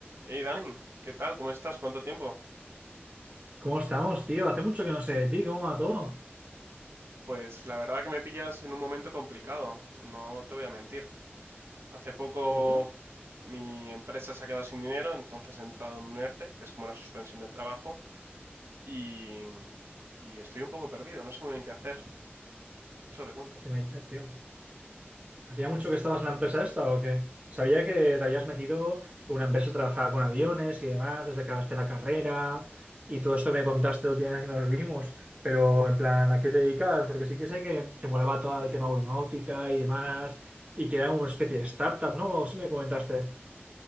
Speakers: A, on the right; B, on the right.
A: Hey Dani, ¿qué tal? ¿Cómo estás? ¿Cuánto tiempo?
B: ¿Cómo estamos, tío? Hace mucho que no sé de ti, ¿cómo va todo?
A: Pues la verdad que me pillas en un momento complicado, no te voy a mentir. Hace poco
B: ¿Y eso?
A: mi empresa se ha quedado sin dinero, entonces he entrado en un ERTE, que es como una suspensión del trabajo, y, y estoy un poco perdido, no sé muy bien qué hacer. Eso te cuento.
B: ¿Qué me dices, tío? ¿Hacía mucho que estabas en la empresa esta o qué? Sabía que te habías metido en una empresa que trabajaba con aviones y demás, desde que acabaste la carrera y todo esto me contaste la última vez que nos vimos, pero en plan, ¿a qué te dedicabas? Porque sí que sé que te molaba todo el tema aeronáutica y demás, y que era una especie de startup, ¿no? O sí me comentaste.